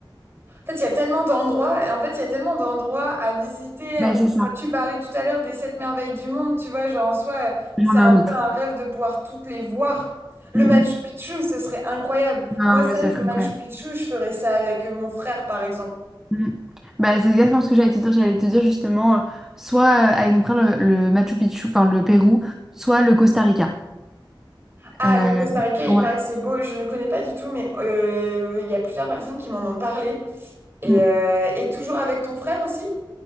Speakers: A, on the right; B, in the centre.
A: En fait, il y a tellement d'endroits, en fait, il y a tellement d'endroits à visiter.
B: bah,
A: Euh,
B: c'est ça.
A: enfin, Tu parlais tout à l'heure des sept merveilles du monde, tu vois, genre en soi, euh,
B: J'en
A: c'est
B: ai
A: un
B: un autre.
A: peu un rêve de pouvoir toutes les voir. Le
B: Hum,
A: Machu
B: hum.
A: Picchu, ce serait incroyable.
B: Ah
A: Moi, ça,
B: ouais, ça
A: le
B: va être
A: Machu
B: incroyable.
A: Picchu, je ferais ça avec euh, mon frère, par exemple.
B: Hum. Bah, c'est exactement ce que j'allais te dire. J'allais te dire justement, euh, soit euh, avec mon frère le, le Machu Picchu, enfin le Pérou, soit le Costa Rica.
A: Ah,
B: Euh,
A: le Costa Rica, il
B: ouais.
A: paraît que c'est beau, je ne connais pas du tout, mais euh, il y a plusieurs personnes qui m'en ont parlé. Et,
B: Mm,
A: euh, et toujours avec ton frère aussi?